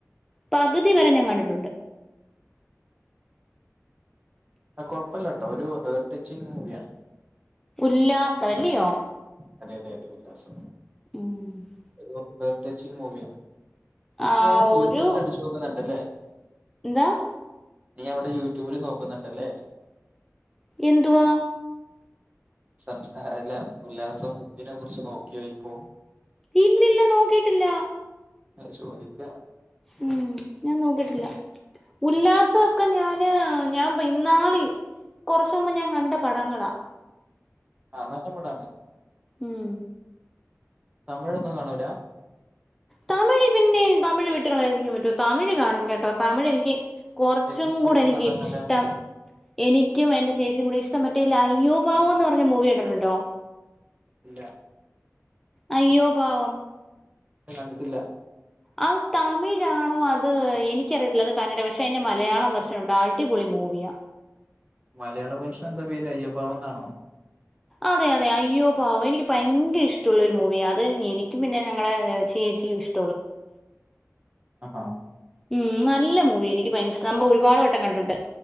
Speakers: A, in the centre; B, on the right.
A: പകുതി വരെ ഞാൻ കണ്ടിട്ടുണ്ട്.
B: ആ കുഴപ്പില്ലട്ടോ ഒരു ഹെർട്ട് ടച്ചിങ് മൂവിയാണ്.
A: ഉല്ലാസം അല്ലയോ?
B: അതെ അതെ അതെ ഉല്ലാസം.
A: ഉം.
B: ഒരു ഹെർ ടച്ചിങ് മൂവിയാ.
A: ആഹ്
B: നീ അവിടെ യൂട്യൂബിൽ
A: ഒരു
B: അടച്ച് നോക്കുന്നുണ്ടല്ലേ?
A: എന്താ?
B: നീ അവിടെ യൂട്യൂബില് നോക്കുന്നുണ്ടല്ലേ?
A: എന്തുവാ?
B: സംസാരില്ല. ഉല്ലാസം മൂവിനെ കുറിച്ച് നോക്കിയോ ഇപ്പോ?
A: ഇല്ലില്ല നോക്കിയിട്ടില്ല.
B: അ ചോദിക്ക.
A: ഉം ഞാൻ നോക്കിട്ടില്ല. ഉല്ലാസൊക്കെ ഞാന് ഞാൻ ഇന്നാളി കൊറച്ച് മുമ്പ് ഞാൻ കണ്ട പടങ്ങളാ.
B: ആ നല്ല പടാണ്.
A: ഉം
B: തമിഴൊന്നും കാണൂല.
A: തമിഴ് പിന്നെ തമിഴ് വിട്ടുകളയാതിരിക്കൻ പറ്റോ തമിഴ് കാണും കേട്ടോ. തമിഴ് എനിക്ക് കുറച്ചും
B: ഏറ്റവും ഇഷ്ടപ്പെട്ട
A: കൂടെ എനിക്ക്
B: നടൻ ആരാണ്
A: ഇഷ്ടം എനിക്കും എന്റെ ചേച്ചിക്കും കൂടുതൽ ഇഷ്ടം മറ്റേല്ലേ അയ്യോ പാവം എന്ന് പറഞ്ഞ മൂവി കണ്ടിട്ടുണ്ടോ.
B: ഇല്ല
A: അയ്യോ പാവം
B: ല്ല കണ്ടിട്ടില്ല.
A: അത് തമിഴാണോ അത് എനിക്കറിയത്തില്ല. അത് കന്നട പക്ഷേ അതിൻ്റെ മലയാളം വേർഷൻ ഉണ്ട് അടിപൊളി മൂവിയാ.
B: മലയാള വേർഷൻ എന്താ പേര് അയ്യോ പാവം എന്നാണോ
A: അതെ അതെ അയ്യോ പാവം എനിക്ക് ഭയങ്കര ഇഷ്ടമുള്ളൊരു മൂവിയ അത് എനിക്കും പിന്നെ ഞങ്ങടെ ചേച്ചിയും ഇഷ്
B: ആഹ്
A: ഉം നല്ല മൂവി എനിക്ക് ഭയങ്കര ഇഷ്ട നമ്മ ഒരുപാട് വട്ടം കണ്ടിട്ടണ്ട്.